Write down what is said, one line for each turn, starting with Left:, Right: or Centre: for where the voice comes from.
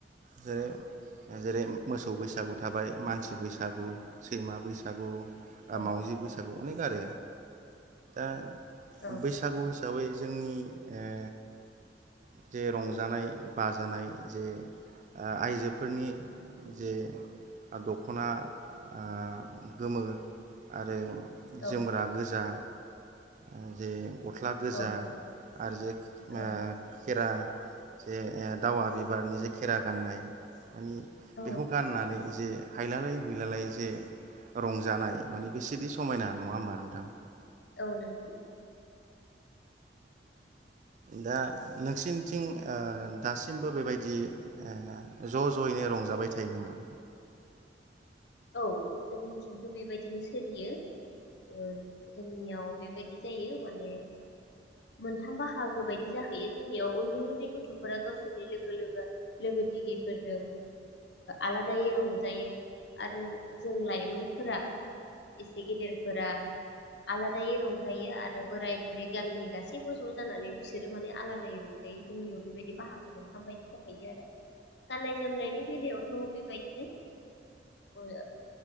Right: जेरै-जेरै मोसौ बैसागु थाबाय मानसि बैसागु सैमा बैसागु
Left: औ
Right: मावजि बैसागु अनेक आरो दा
Left: औ
Right: बैसागु सो दाबै जोंनि ओ‌ जे रंजानाय बाजानाय जे ‌ओ आइजोफोरनि जे दख'ना ओ गोमो आरो
Left: औ
Right: जोमग्रा गोजा आ जे गस्ला गोजा
Left: औ
Right: आरो जे ख-खेरा
Left: औ
Right: जे ए दावा बिबारनि जेखि खेरा गाननाय मानि
Left: औ
Right: बेखौ गाननानै‌ जे हायलालाय हुइलालाय जे रंजानाय माने बेसेदि समायना नङा होमबा नोंथां‌?
Left: औ नांगौ।
Right: दा नोंसिनिथिं ओ दासिमबो बेबायदि ओ ज' ज'यैनो रंजाबाय थायो नामा‌?
Left: औ जोंनिथिंथ' बेबायदिनो सोलियो ओ जोंनियाव बेबायदि जायो माने मोनथाम बाहागो बायदि जाहैयो जोंनियाव उन्दै उन्दै गथफ्रा गावसोरनि लोगो - लोगो लोगो दिगिफोरजों आलादायै रंजायो। आरो जों लाइमोनफोरा एसे गेदेरफोरा आलादायै रंजायो आरो बोराय बुरै गामिनि गासैबो ज' जानानै बिसोरो माने आलादायै रंजायो जोंनियाव बेबायदि बाहागो मोनथाम बायदि जाहैयो गाननाय जोमनायनि बेलायावथ बेबायदिनो <unintelligible>